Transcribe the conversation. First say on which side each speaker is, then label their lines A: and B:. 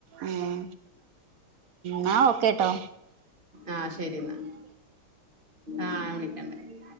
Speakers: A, on the right; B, on the right.
A: ഉം ന്നാ ഓക്കെട്ടോ
B: ആഹ് ശരി ന്നാ ആഹ് ഞാൻ വിളിക്കണ്ട്